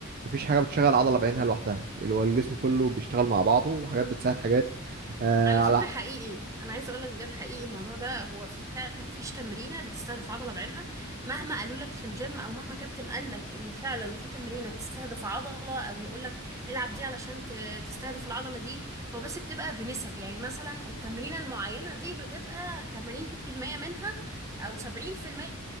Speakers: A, on the right; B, on the right.
A: مفيش حاجه بتشغل عضله بعينها لوحدها اللي هو الجسم كله بيشتغل مع بعضه وحاجات بتساعد حاجات آه
B: على
A: على
B: فكرة حقيقي أنا عايزة أقولك بجد حقيقي الموضوع ده هو فعلا مفيش تمرينة بتستهدف عضلة بعينها مهما قالوا لك في الجيم أو مهما كابتن قال لك إن فعلا في تمرينة بتستهدف عضلة أو يقول لك العب دي علشان ت- تستهدف العضلة دي هو بس بتبقى بنسب يعني مثلا التمرينة المعينة دي بتبقى 80% منها أو 70%